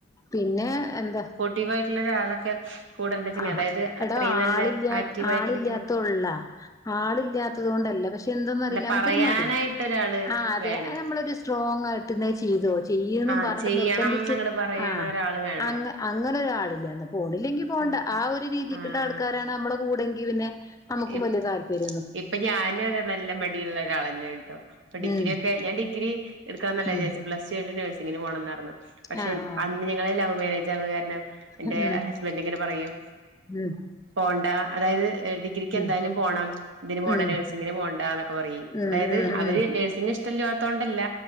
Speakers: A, on the left (about 20°); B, on the right (about 75°).
A: പിന്നെ എന്താ
B: ആക്റ്റീവ് ആയിട്ടുള്ള അളൊക്കെ കൂടെണ്ടിചിഗിൽ
A: ആഹ്
B: അതായത്
A: എടാ
B: അത്രയും നല്ല
A: ആളില്ലാ
B: ആക്റ്റീവ്
A: ആളില്ലാത്തോള്ളാ
B: ആയിട്ടിരിക്കണം
A: ആളില്ലാത്തത് കൊണ്ടല്ല പക്ഷെ എന്തന്ന അറിയില്ല
B: അല്ല
A: നമുക്കരു
B: പറയാനായിട്ട്
A: മടി
B: ഒരാള്
A: ആ അതെ
B: വേണേ
A: അ നമ്മളരു സ്ട്രോ സ്രോഗ് ആയിട്ട് നെ ചെയ്തോ ചെയ്ന്
B: ആഹ്
A: പറഞ്ഞിട്ട്
B: ചെയ്യണംന്നങ്ങട്
A: നിർബന്ധിച്ച്
B: പറയണ
A: ആ
B: ഒരാള് വേണം
A: അങ്ങ <unintelligible> ആളില്ലേ പോണില്ലെങ്കിൽ പോണ്ട
B: ആഹ്
A: ആ ഒരു രീതിക്കുള്ള
B: ആഹ്
A: ആൾക്കാരാണ് നമ്മളെ കൂടെങ്കി പിന്നെ നമുക്കും
B: ഇപ്
A: വലിയ താല്പര്യം
B: ഇപ്പൊ ഞാന് നല്ല മടിള്ള ഒരാൾന്നെ ട്ടോ ഇപ്പൊ ഡിഗ്രി
A: ഉം
B: ഒക്കെ ഞാൻ ഡിഗ്രി എടുക്കാൻ
A: ഉം
B: വിചാരിച്ചു പ്ലസ് ടുകഴിഞ്ഞ് നഴ്സിങ്ങിന് പോണന്ന് പറഞ്ഞു പക്ഷെ
A: ആഹ് ആഹ്
B: അന്ന് ങ്ങളെ ലവ് മേരെജ് അയത്കരണം എന്റെ
A: ഉം
B: ഹസ്ബൻഡ് ഇങ്ങനെ പറയും
A: ഉം
B: പോണ്ട അതായത്ടികി ഡിഗ്രരിക്ക്
A: ഉം
B: എന്തായാലും പോകണം ഇതിന് പോണ്ട
A: ഉം
B: നഴ്സിങ്ങിന് പോകണ്ടന്നൊക്കെ പറയും
A: ഉം
B: അതായത്
A: ഉം
B: അവര്
A: ഉം
B: നഴ്സി ഇഷ്ടല്ല തോണ്ടല്ല